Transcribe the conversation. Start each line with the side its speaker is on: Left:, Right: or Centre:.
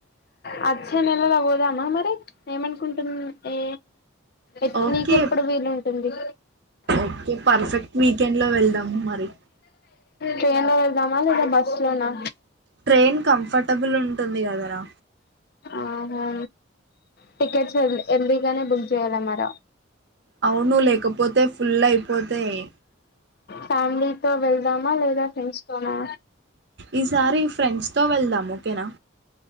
Left: వచ్చే నెలలో పోదామ్మా మరి ఏమనుకుంటున్ ఏ ఎప్
Right: ఓకే
Left: నీకెప్పుడు వీలు టుంది
Right: ఓకే పర్ఫెక్ట్ వీకెండ్ లో వెళ్దాము మరి
Left: ట్రైన్లో వెళ్దామా లేదంటే బస్ లోనా
Right: ట్రైన్ కంఫర్టబుల్ ఉంటుంది దగరా
Left: ఆహా టికెట్స్ ఏర్ ఎర్లీగానే బుక్ చేయాల మర
Right: అవును లేకపోతే ఫులై పోతాయ్
Left: ఫ్యామిలీతో వెళ్దామా లేదా ఫ్రెండ్స్ తోనా
Right: ఈసారి ఫ్రెండ్స్ తో వెళ్దాం ఓకేనా